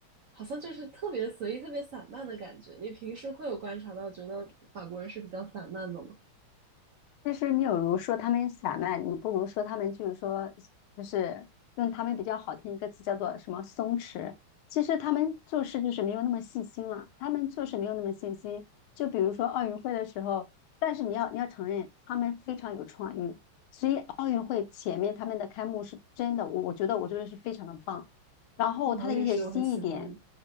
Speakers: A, on the right; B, on the left.
A: 好像就是特别随意、特别散漫的感觉。你平时会有观察到，觉得法国人是比较散漫的吗？
B: 其实你有如说他们散漫，你不如说他们就是说，就是用他们比较好听一个词叫做什么松弛。其实他们做事就是没有那么细心了，他们做事没有那么细心。就比如说奥运会的时候，但是你要你要承认他们非常有创意，所以奥运会前面他们的开幕是真的，我我觉得我觉得是非常的棒。然后他的一些新一点，
A: 嗯我也是，我很喜欢。